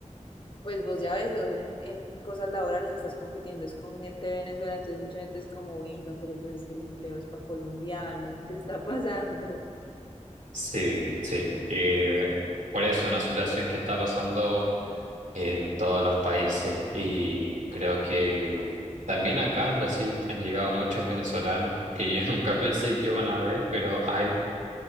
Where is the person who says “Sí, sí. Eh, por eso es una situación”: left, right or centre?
Right